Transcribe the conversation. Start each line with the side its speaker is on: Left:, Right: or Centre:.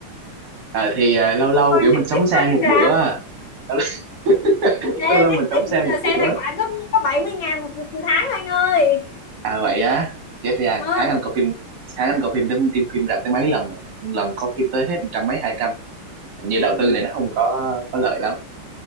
Right: Ờ, thì à, lâu lâu
Left: không coi
Right: kiểu mình
Left: Netflix
Right: sống sang
Left: coi phim
Right: một
Left: rạp
Right: bữa à. lâu <laughs>
Left: ê
Right: lâu, lâu
Left: Netflix
Right: mình sống sang
Left: bây giờ
Right: một bữa
Left: xe tài khoản có có bảy mươi ngàn một tháng anh ơi
Right: à vậy á chết thì hàng
Left: Ờ,
Right: tháng anh coi phim tháng anh coi phim đến phim phim rạp tới mấy lần rồi? lần coi phim tới hết trăm mấy hai trăm hình như
Left: ừ.
Right: đầu tư này nó không có có lợi lắm